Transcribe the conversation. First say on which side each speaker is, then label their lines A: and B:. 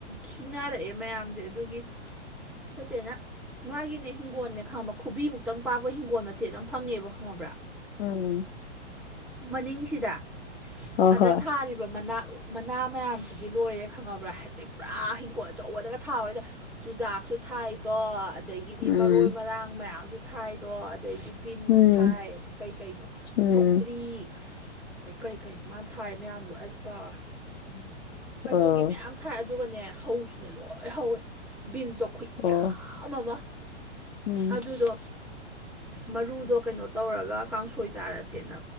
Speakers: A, in the centre; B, on the left (about 60°).
A: ꯈꯤꯅꯔꯛꯑꯦ ꯃꯌꯥꯝ ꯖꯦ ꯑꯗꯨꯒꯤ ꯑꯩꯈꯣꯏ ꯆꯦꯅ ꯃꯥꯒꯤꯅꯦ ꯍꯤꯡꯒꯣꯜꯅꯦ ꯈꯪꯕ ꯈꯨꯕꯤ ꯃꯨꯛꯇꯪ ꯄꯥꯛꯄ ꯍꯤꯡꯒꯣꯜ ꯃꯆꯦꯠ ꯑꯃ ꯐꯪꯉꯦꯕ ꯈꯪꯉꯕ꯭ꯔꯥ
B: ꯎꯝꯝ
A: ꯃꯅꯤꯡꯁꯤꯗ
B: ꯍꯣꯏ
A: ꯑꯗ
B: ꯍꯣꯏ
A: ꯊꯥꯔꯤꯕ ꯃꯅꯥ ꯃꯅꯥ ꯃꯌꯥꯝ ꯁꯤꯗꯤ ꯂꯣꯏꯔꯦ ꯈꯪꯉꯕ꯭ꯔꯥ ꯍꯥꯏꯗꯤ ꯄꯨꯔꯥ ꯍꯤꯡꯈꯣꯜ ꯑꯆꯧꯕꯗꯒ ꯊꯥꯕꯩꯗ ꯆꯨꯖꯥꯛꯁꯨ ꯊꯥꯏ ꯇꯣ ꯑꯗꯒꯤꯗꯤ
B: ꯎꯝ
A: ꯃꯔꯣꯏ ꯃꯔꯥꯡ ꯃꯌꯥꯝꯁꯨ ꯊꯥꯏꯗꯣ ꯑꯗꯩꯗꯤ ꯕꯤꯟꯁ
B: ꯎꯝ
A: ꯊꯥꯏ ꯑꯗꯩ ꯀꯩ ꯀꯩꯅꯣ
B: ꯎꯝ
A: ꯁꯧꯒ꯭ꯔꯤ ꯀꯩ ꯀꯩꯩꯅꯣ ꯃꯥꯅ ꯊꯥꯏ ꯃꯌꯥꯝꯗꯣ ꯑꯩ ꯀꯥꯎꯔꯦ ꯎꯝ ꯑꯗꯨꯒꯤ
B: ꯑꯣ
A: ꯃꯌꯥꯝ ꯊꯥꯏ ꯑꯗꯨꯒꯅꯦ ꯍꯧꯁꯨꯅꯦ ꯂꯣꯏ ꯍꯧꯋꯦ ꯕꯤꯟꯁꯇꯣ ꯈꯨꯌꯥꯝ
B: ꯑꯣ
A: ꯑꯃ
B: ꯎꯝ
A: ꯑꯗꯨꯗꯣ ꯃꯔꯨꯗꯣ ꯀꯩꯅꯣ ꯇꯧꯔꯒ ꯀꯥꯡꯁꯣꯏ ꯆꯥꯔꯁꯦꯅ